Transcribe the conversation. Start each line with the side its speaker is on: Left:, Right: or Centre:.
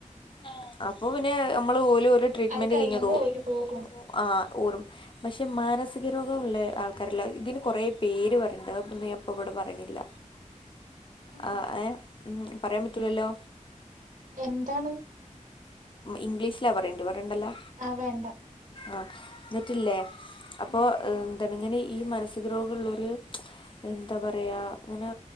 Left: ആഹ്. അപ്പൊ പിന്നെ ഞമ്മള് ഓല് ട്രീറ്റ്മെൻറ്
Right: അത് കഴിയുമ്പോ
Left: കഴിഞ്ഞതോ <unintelligible>
Right: ഓര് പോകും
Left: ആ ഓ <unintelligible> പക്ഷെ മാനസിക രോഗമുള്ള ആൾക്കാരല്ല ഇതിന് കൊറേ പേര് പറയണ്ട് അതിന്നിപ്പോ ഞാ ഇവിടെ പറയണില്ല.
Right: ഏഹ്
Left: ആ എ ഉം പറയാൻ പറ്റൂല്ലല്ലോ.
Right: എന്താണ്.
Left: ഇംഗ്ലീഷിലാ പറയേണ്ട് പറ ഇണ്ടല്ലോ
Right: ആഹ് വേണ്ട
Left: ആഹ്. എന്നിട്ടില്ലേ
Right: ഉം
Left: അപ്പോൾ എന്താണ് ഇങ്ങനെ ഈ മനസ്സിക രോഗമുള്ളൊരു എന്താ പറയാ ഇങ്ങനെ